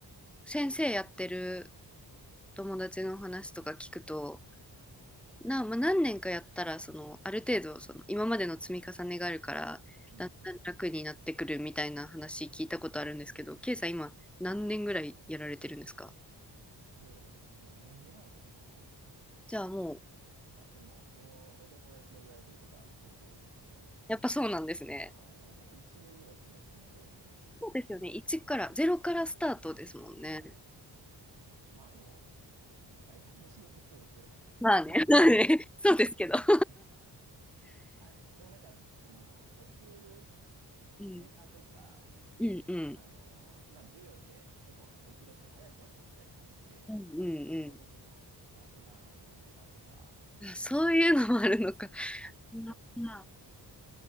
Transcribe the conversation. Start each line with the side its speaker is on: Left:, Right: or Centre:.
Centre: 先生やってる友達の話とか聞くと、な、まあ、何年かやったらそのある程度その今までの積み重ねがあるからだんだん楽になってくるみたいな話聞いたことあるんですけど、
Right: うんうん。
Centre: ケイさん今何年ぐらいやられてるんですか
Right: そうですね。5年ぐらいかな。
Centre: じゃあもう
Right: うんあ、でも、そのお友達の言われてることは、あの、その通りですね。
Centre: やっぱそうなんですね。
Right: はい。やっぱ1年目が一番しんどいです。
Centre: そうですよね。1からゼロからスタートですもんね。
Right: はい。まあでも、大体の仕事そうですよね。
Centre: まあね、
Right: <laughs>
Centre: まあね、<laughs> そうですけど。<laughs>
Right: はい。でもなんか、その、教える
Centre: うん、
Right: ネタとか、
Centre: うん、うん、
Right: あの、まあ、授業って結構時々早く終わっちゃったりするんで、
Centre: うん、うん。
Right: その時の雑談のネタとか、
Centre: うんあそういうのもあるのか。あ
Right: <laughs>
Centre: うんうん。